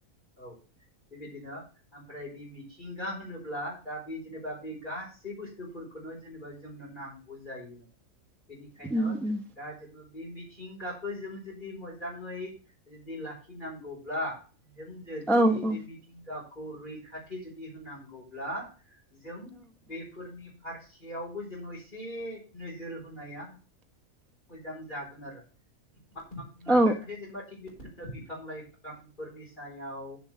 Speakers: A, on the left (about 35°); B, in the centre.
A: औ बेबायदिनो ओमफ्राय बे मिथिंगा होनोब्ला दा बे जेनेबा बे गासै बुस्थुफोरखौनो जेनेबा जोंनो नांगौ जायो बेनिखायनो
B: उम उम
A: दा जोङो बे मिथिंगा खो जों जुदि मोजाङै जुदि लाखिनांगौब्ला जों जुदि
B: औ औ
A: बे मिथिंगाखौ रैखाथि जुदि होनांगौब्ला जों बेफोरनि फारसेयावबो जोङो एसे नोजोर होनाया मोजां जागोन आरो <unintelligible>
B: औ
A: जेनेबा थिग बि दिनो बिफां लाइफांफोरनि सायाव